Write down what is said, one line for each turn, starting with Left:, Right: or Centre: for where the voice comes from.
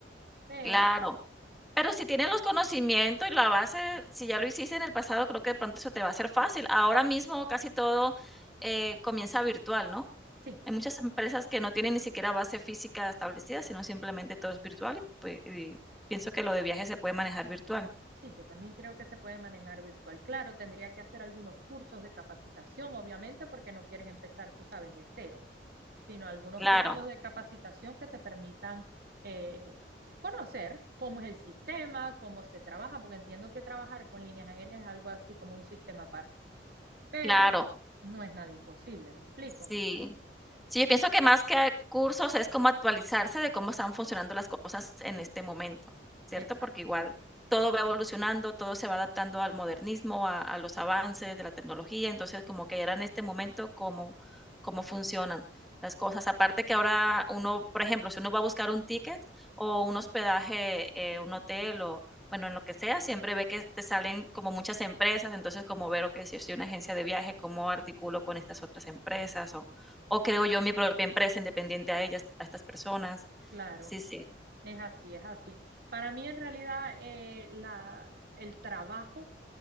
Right: Pero
Centre: Claro, pero si tienes los conocimientos y la base, si ya lo hiciste en el pasado, creo que de pronto eso te va a ser fácil. Ahora mismo casi todo, eh, comienza virtual, ¿no?
Right: sí.
Centre: Hay muchas empresas que no tienen ni siquiera base física establecida, sino simplemente todo es virtual y, pues, y pienso que lo de viajes se puede manejar virtual.
Right: Sí, yo también creo que se puede manejar virtual. Claro, tendría que hacer algunos cursos de capacitación, obviamente, porque no quieres empezar, tú sabes, de cero, sino algunos
Centre: Claro,
Right: cursos de capacitación que te permitan eh, conocer cómo es el sistema, cómo se trabaja, porque entiendo que trabajar con líneas aéreas es algo así como un sistema aparte, pero
Centre: claro.
Right: no es nada imposible, ¿me explico?
Centre: Sí. Sí, yo pienso que más que a cursos es como actualizarse de cómo están funcionando las cosas en este momento, ¿cierto?
Right: Exacto,
Centre: Porque igual todo va evolucionando, todo se va adaptando al modernismo, a, a los avances de la tecnología, entonces como que era en este momento cómo, cómo funcionan las cosas. Aparte que ahora uno, por ejemplo, si uno va a buscar un ticket o un hospedaje, eh, un hotel o, bueno, en lo que sea, siempre ve que te salen como muchas empresas, entonces como ver, que si soy una agencia de viaje, cómo articulo con estas otras empresas o, o creo yo mi propia empresa independiente a ellas, a estas personas.
Right: claro.
Centre: Sí, sí.
Right: Es así, es así. Para mí, en realidad, eh, la, el trabajo,